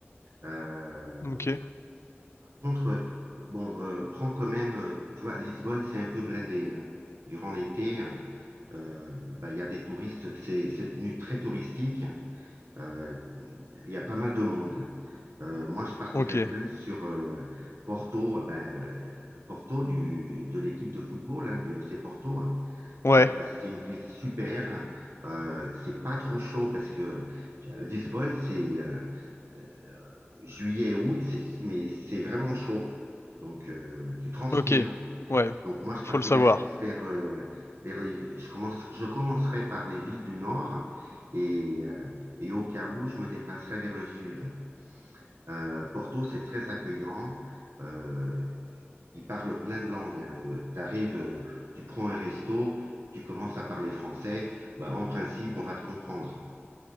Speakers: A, on the right; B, on the left.
A: Euh,
B: Ok,
A: par contre, euh, bon, euh, prends quand même, euh, tu vois, Lisbonne c'est un peu blindé hein. Durant l'été. hein, euh, bah, il y a des touristes, c'est c'est devenu très touristique. Euh, il y a pas mal de monde. Euh, moi, je partirais
B: ok.
A: plus sur euh, Porto, ben, euh, Porto du, de l'équipe de football, hein, du FC Porto. hein. C'est
B: Ouais.
A: bah, c'est une ville super. Euh, c'est pas trop chaud parce que tu vois, Lisbonne, c'est euh, euh, juillet, août, c'est- mais c'est vraiment chaud. Donc, euh, tu transpires.
B: Ok, ouais,
A: Donc moi, je
B: faut
A: partirais
B: le savoir.
A: plus vers, euh, vers les... Je commence, je commencerai par les villes du Nord et, euh, et au cas où, je me déplacerai vers le Sud. Euh, Porto, c'est très accueillant. Euh, ils parlent plein de langues. hein. Euh, T'arrives, euh, tu prends un resto, tu commences à parler français. Ben, en principe, on va te comprendre.